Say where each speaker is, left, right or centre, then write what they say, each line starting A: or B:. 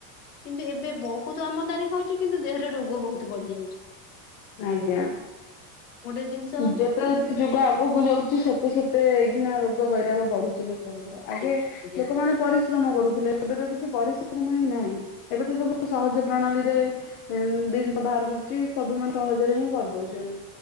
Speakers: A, on the left; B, on the left.
A: କିନ୍ତୁ ଏବେ ବହୁତ ଆମଦାନୀ ହଉଚି କିନ୍ତୁ ଦେହରେ ରୋଗ ବହୁତ ବଢି ଯାଉଚି।
B: ଆଜ୍ଞା।
A: ଗୋଟେ ଜିନିଷ
B: ଯେତେ ଯତେ
A: ସେତେବେଳେ
B: ଯୁଗ ଆଉ ଗକୁ ଯାଉଚି ସେତେ ସେତେ ଏଇ ଘିଣା ରୋଗ ବୈରାଗ ବଢୁଚି ଲୋକଙ୍କର ଆଗେ
A: ଆଜ୍ଞା ଆଜ୍ଞା
B: ଲୋକମାନେ
A: ଆଜ୍ଞା
B: ପରି ଶ୍ରମ କରୁଥିଲେ ଏବେ ତ କିଛି ପରିଶ୍ରମ ହିଁ ନାହିଁ ଏବେ ତ ସବୁ ସହଜ ପ୍ରଣାଳୀରେ ଜିନିଷ ବାହାର କରୁଚି ସବୁ ମାନେ ସହଜରେ ହିଁ କରିଦଉଚନ୍ତି।